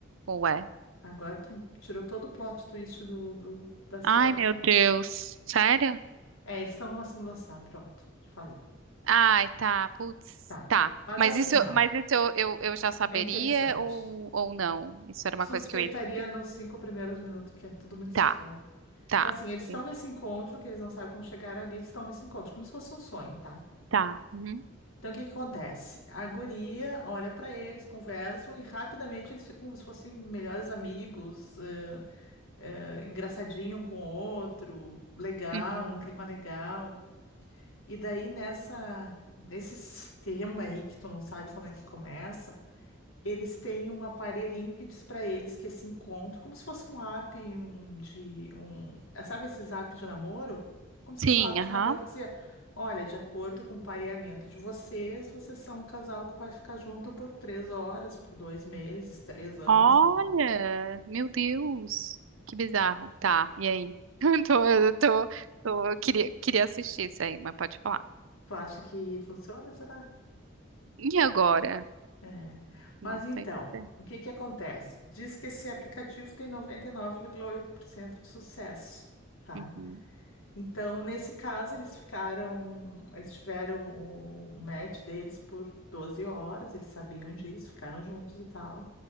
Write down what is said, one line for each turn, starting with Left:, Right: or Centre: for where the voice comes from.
Right: Ué.
Left: Agora tu tirou todo o plot twist do, do- da série.
Right: Ai, meu Deus. Sério?
Left: É, eles estão numa simulação, pronto, te falei.
Right: Ai, tá. Putz,
Left: Tá.
Right: tá.
Left: Mas
Right: Mas
Left: assim,
Right: isso,
Left: ó,
Right: mas isso eu, eu, eu já saberia
Left: é interessante.
Right: ou, ou não? Isso era
Left: Suspeitaria
Right: uma coisa que eu ia descobrir.
Left: nos cinco primeiros minutos que é tudo muito estranho.
Right: Tá, tá.
Left: Então, assim, eles estão
Right: Entendi.
Left: nesse encontro, que eles não sabem como chegaram ali, eles estão nesse encontro, como se fosse um sonho, tá?
Right: Tá. Uhum.
Left: Então, o que que acontece? A guria olha pra eles, conversam e rapidamente eles ficam como se fossem melhores amigos, eh, eh, engraçadinho um com o outro, legal,
Right: Uhum.
Left: um clima legal. E daí, nessa, nesse tema aí que tu não sabe como é que começa. Eles têm um aparelhinho que diz para eles que esse encontro, como se fosse um app um, de um, é, sabe esses apps de namoro? Como se
Right: Sim,
Left: fosse um app
Right: aham.
Left: de namoro que dizia, olha, de acordo com o pareamento de vocês, vocês são um casal que vai ficar junto por três horas, por dois meses, três anos,
Right: Olha,
Left: entendeu?
Right: meu Deus. Que bizarro. Tá, e aí? <laughs> Eu tô, eu tô, tô, eu queria, queria assistir isso aí, mas pode falar.
Left: Tu acha que funciona, será?
Right: E agora?
Left: É. Mas
Right: Não
Left: então,
Right: sei dizer.
Left: o que que acontece? Diz que esse aplicativo tem noventa e nove vírgula oito por cento de sucesso, tá?
Right: Uhum,
Left: Então, nesse caso, eles ficaram, eles tiveram o, o match deles por 12 horas, eles sabiam disso, ficaram juntos e tal.